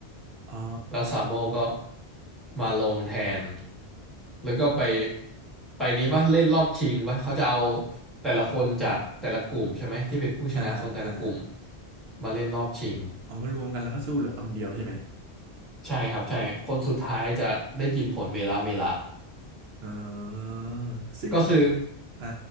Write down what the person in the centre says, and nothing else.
แล้วซาโบก็มาลงแทนแล้วก็ไปไปนี้ป่ะเล่นรอบชิงป่ะเขาจะเอาแต่ละคนจากแต่ละกลุ่มใช่ไหมที่เป็นผู้ชนะของแต่ละกลุ่ม
มาเล่นรอบชิง
ใช่ครับใช่คนสุดท้ายจะได้กินผลเมลาเมละ
ก็คือ